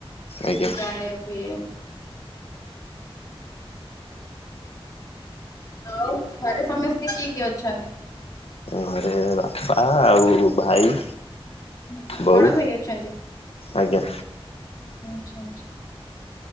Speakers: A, on the left; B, on the left.
A: ଆଜ୍ଞା
B: ମୁଁ ଯାଏ ପିଏମ୍ ଆଉ ଘରେ ସମସ୍ତେ କିଏ କିଏ ଅଛନ୍ତି?
A: ଘରେ ବାପା ଆଉ ଭାଇ
B: ହୁଁ ଆଜି
A: ବୋଉ
B: ବଡ ଭାଇ ଅଛନ୍ତି
A: ଆଜ୍ଞା
B: ଆଚ୍ଛା ଆଚ୍ଛା